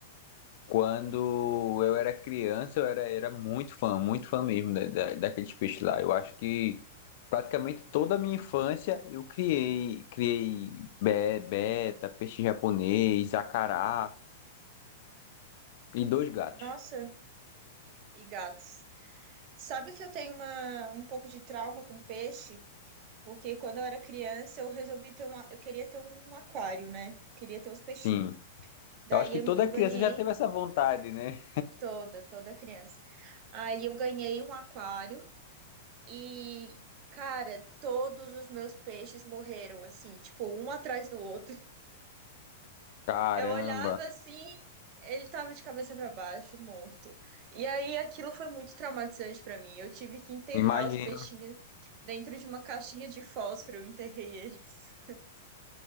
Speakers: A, on the left (about 55°); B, on the right (about 45°).
A: Quando eu era criança, eu era, era muito fã, muito fã mesmo da, da- daqueles peixes lá. Eu acho que praticamente toda a minha infância eu criei, criei be- beta, peixe japonês, acará e dois gatos.
B: Nossa, e gatos. Sabe que eu tenho uma, um pouco de trauma com peixe? Porque quando eu era criança, eu resolvi ter um, a- eu queria ter um aquário, né? Queria ter os peixinhos.
A: Sim,
B: Daí
A: eu acho que
B: eu,
A: toda
B: eu ganhei
A: criança já teve essa vontade, né?
B: toda, toda criança. Aí eu ganhei um aquário e, cara, todos os meus peixes morreram, assim, tipo, um atrás do outro.
A: Caramba,
B: Eu olhava assim, ele tava de cabeça pra baixo, morto. E aí aquilo foi muito traumatizante pra mim. Eu tive que enterrar
A: imagino.
B: os peixinhos dentro de uma caixinha de fósforo, eu enterrei eles.